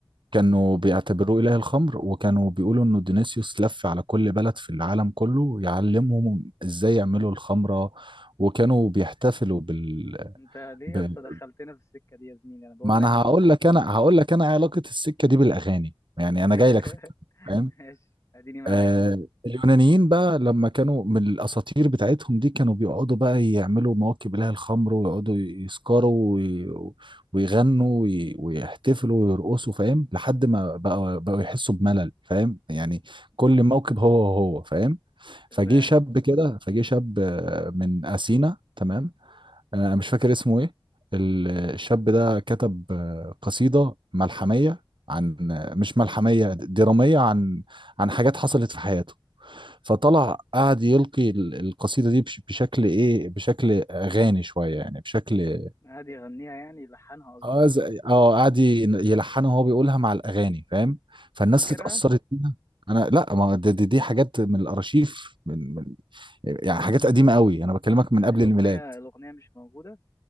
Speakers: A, on the right; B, on the left.
A: كانوا بيعتبروه اله الخمر وكانوا بيقولوا انه دينيسيوس لف على كل بلد في العالم كله يعلمهم ازاي يعملوا الخمره وكانوا بيحتفلوا بال,
B: انت ليه
A: بال...
B: يا اسطى دخلتنا في السكة دي يا زميلي انا بقول
A: ما انا
B: لك ال...
A: هقول لك انا هقول لك انا علاقه السكه دي بالاغاني يعني
B: <laughs>
A: انا جاي لك في الكلام
B: ماشي اديني معاك
A: آه
B: اهو
A: اليونانيين بقى لما كانوا من الأساطير بتاعتهم دي كانوا بيقعدوا بقى يعملوا مواكب لها الخمر ويقعدوا يسكروا وي- ويغنوا وي- ويحتفلوا ويرقصوا فاهم لحد ما بقى بقوا يحسوا بملل فاهم يعني كل موكب هو هو فاهم
B: تمام
A: فجه شاب كده فجه شاب آه، من أثينا تمام آه، مش فاكر اسمه ايه ال- الشاب ده كتب آه، قصيدة ملحمية عن آه، مش ملحمية درامية عن عن حاجات حصلت في حياته فطلع قعد يلقي ال- القصيدة دي بش- بشكل ايه بشكل اغاني شوية يعني بشكل
B: عادي يغنيها يعني لحنها قصدك
A: اه زي-
B: يعني
A: اه قعد ي- يلحنها وهو بيقولها مع الاغاني فاهم فالناس
B: طب فاكرها
A: اتأثرت بيها انا لا ما دي, دي, دي حاجات من الارشيف من من يعني حاجات قديمة قوي انا بكلمك
B: يعني
A: من قبل
B: الأغنية
A: الميلاد
B: الأغنية مش موجودة